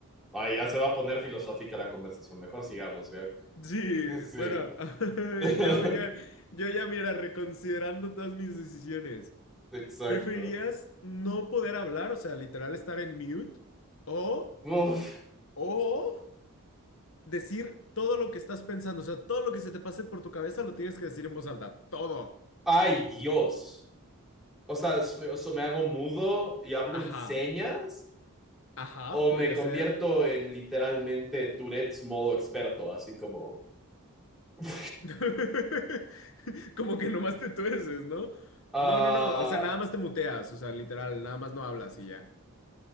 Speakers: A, in the centre; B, on the left.
A: Ay, ya se va a poner filosófica la conversación, mejor sigamos, ¿ya?
B: Sí,
A: Sí,
B: bueno, <laughs>
A: <laughs>
B: yo ya, yo ya, mira, reconsiderando todas mis decisiones,
A: exacto.
B: ¿preferirías no poder hablar, o sea, literal estar en mute, o,
A: Uf.
B: o decir todo lo que estás pensando, o sea, todo lo que se te pase por tu cabeza lo tienes que decir en voz alta, todo.
A: Ay, Dios. O sea, ¿so me, so me hago mudo y hablo
B: Ajá,
A: en señas
B: ajá,
A: o
B: podría
A: me convierto
B: ser.
A: en literalmente Tourette's modo experto, así como... <laughs>
B: <laughs> Como que nomás te tuerces, ¿no?
A: Ah,
B: No, no, no, o sea, nada más te muteas, o sea, literal, nada más no hablas y ya.